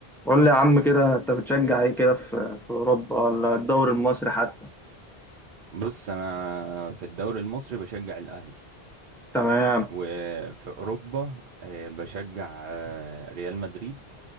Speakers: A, in the centre; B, on the right.
A: قول لي يا عم كده انت بتشجع ايه كده في في اوروبا ولا الدوري المصري حتى
B: بص انا في الدوري المصري بشجع الاهلي
A: تمام
B: وفي اوروبا آه، بشجع آه، ريال مدريد